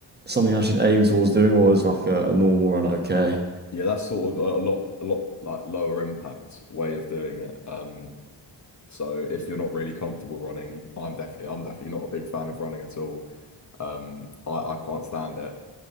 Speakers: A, on the right (about 20°); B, on the left (about 40°).
A: something I should aim towards doing, or is like a, a normal run okay?
B: Yeah, that's sort of a, a lot a lot like lower impact way of doing it. Um, So if you're not really comfortable running, I'm definitely I'm definitely not a big fan of running at all. Um, I, I can't stand it.